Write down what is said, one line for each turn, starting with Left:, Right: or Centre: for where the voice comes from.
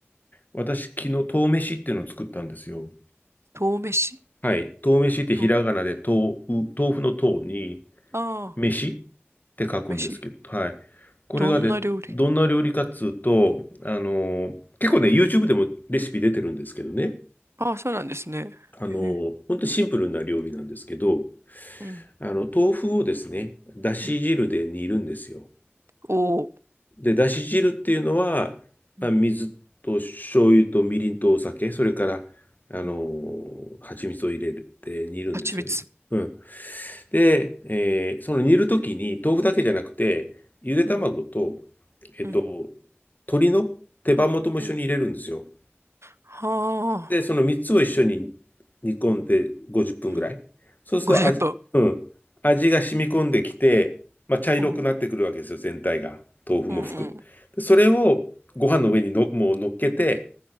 Left: 私、昨日、豆飯っていうのを作ったんですよ。
Right: 豆飯
Left: はい。豆飯ってひらがなで豆う、
Right: と、
Left: 豆腐の豆に、
Right: ああ、
Left: 飯って書くんですけど、
Right: 飯。
Left: はい。これがで、
Right: どんな料理
Left: どんな料理かっつうと、あのー結構ね、YouTube でもレシピ出てるんですけどね、
Right: ああ、そうなんですね。
Left: あのー、
Right: へえ、
Left: ほんとシンプルな料理なんですけど、
Right: うん、
Left: あの、豆腐をですね、だし汁で煮るんですよ。
Right: うん。おお、
Left: で、だし汁っていうのは、まあ、
Right: うん、
Left: 水と醤油とみりんとお酒、それから、あのー蜂蜜を入れて煮るんですよね。
Right: うん。蜂蜜。
Left: うん。で、えーその煮るときに、豆腐だけじゃなくて、ゆで卵と、
Right: うん、
Left: えっと、
Right: うん、
Left: 鶏の手羽元も一緒に入れるんですよ。
Right: うん。はあ、
Left: で、その3つを一緒に煮込んで50分ぐらい。
Right: うん。
Left: そうすると味、
Right: 50分。
Left: うん、味が染み込んできて、まあ、茶色くなってくるわけですよ、
Right: うん、
Left: 全体が。豆腐も含む。
Right: うん、うん。
Left: でそれをご飯の上にの、もう乗っけて、